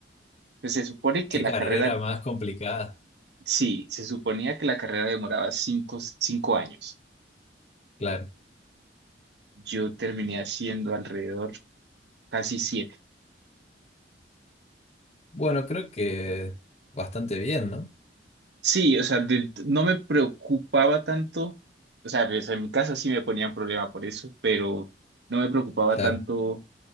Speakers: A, on the right; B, on the left.
A: Pues se supone que
B: qué
A: la
B: carrera
A: carrera
B: más complicada,
A: Sí, se suponía que la carrera demoraba cinco, cinco años.
B: claro.
A: Yo terminé haciendo alrededor casi siete.
B: Bueno, creo que bastante bien, ¿no?
A: Sí, o sea, de- no me preocupaba tanto. O sea, pues, en mi casa sí me ponían problema por eso, pero no me preocupaba
B: Claro,
A: tanto